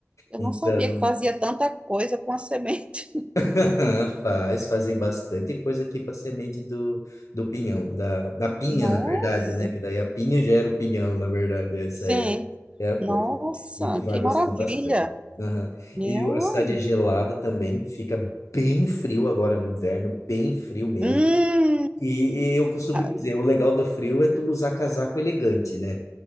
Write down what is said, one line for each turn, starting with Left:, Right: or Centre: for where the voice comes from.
Right: eu
Left: Então,
Right: não sabia que fazia tanta coisa com a semente.
Left: <laughs> Faz, fazem bastante coisa aqui com a semente do, do pinhão, da, da pinha,
Right: <laughs> Nossa,
Left: na verdade, né? Que daí a pinha gera o pinhão, na verdade, essa
Right: sim.
Left: é, é a coisa.
Right: Nossa,
Left: E tu vai
Right: que
Left: gostar
Right: maravilha.
Left: bastante. Aham.
Right: Minha
Left: E o-
Right: olha.
Left: a cidade é gelada também, fica bem frio agora no inverno, bem frio mesmo.
Right: Hum,
Left: E, e eu costumo
Right: Ah,
Left: dizer, o legal do frio é tu usar casaco elegante, né?